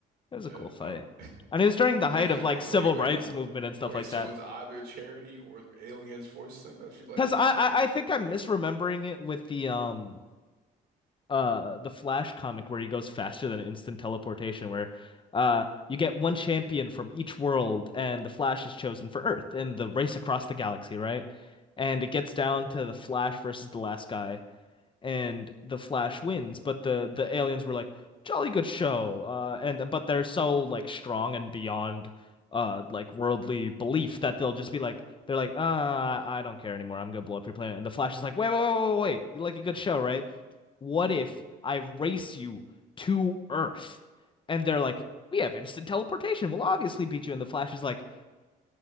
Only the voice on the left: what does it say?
It was a
cool fight.
And it was during the
height of like
civil
rights movement and stuff
like
that.
Because
I, I
I think
I'm
misremembering it with the um uh the Flash comic where he goes faster than instant teleportation where uh you get one champion from each world and the Flash is chosen for Earth in the race across the galaxy, right? And it gets down to the Flash versus the last guy and the Flash wins, but the the aliens were like, "Jolly good show." Uh and but they're so like strong and beyond uh like worldly belief that they'll just be like they're like, "Ah, I don't care anymore. I'm gonna blow up your planet." And the Flash is like, "Wait, wait, wait, wait, wait. You like a good show, right? What
if I race you to Earth?" And they're like, "We have instant teleportation. We'll obviously beat you." And the Flash is like,